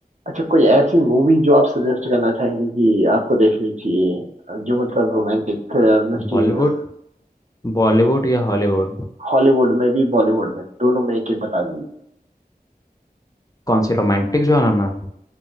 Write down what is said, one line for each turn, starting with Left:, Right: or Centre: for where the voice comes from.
Right: अच्छा कोई ऐसी मूवी जो आप सजेस्ट करना चाहेंगे कि आपको देखनी चाहिए जो मतलब रोमांटिक मिस्टीरियस
Left: बॉलीवुड बॉलीवुड या हॉलीवुड
Right: हॉलीवुड में भी बॉलीवुड में भी दोनों में एक एक बता दीजिए
Left: कौन सी रोमांटिक जॉनर में